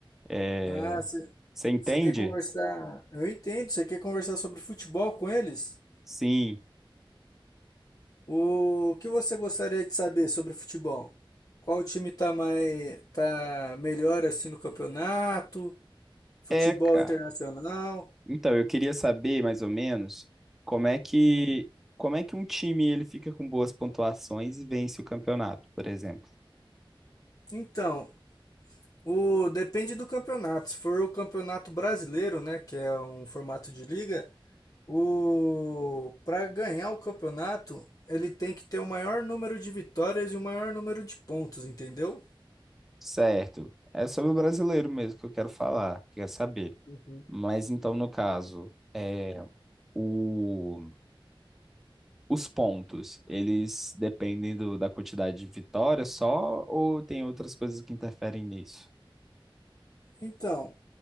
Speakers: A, in the centre; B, on the left (about 40°).
A: É,
B: Ah,
A: você entende?
B: você quer conversar? Eu entendo, você quer conversar sobre futebol com eles?
A: Sim.
B: O que você gostaria de saber sobre futebol? Qual time tá mais tá melhor assim no campeonato? Futebol
A: É, cara.
B: internacional?
A: Então, eu queria saber mais ou menos como é que
B: Hum.
A: como é que um time ele fica com boas pontuações e vence o campeonato, por exemplo.
B: Então, o depende do campeonato. Se for o campeonato brasileiro, né, que é um formato de liga, O para ganhar o campeonato, ele tem que ter o maior número de vitórias e o maior número de pontos, entendeu?
A: Certo. É sobre o brasileiro mesmo que eu quero falar, quero saber.
B: Uhum.
A: Mas então, no caso, é, o, os pontos, eles dependem do- da quantidade de vitórias só ou tem outras coisas que interferem nisso?
B: Então,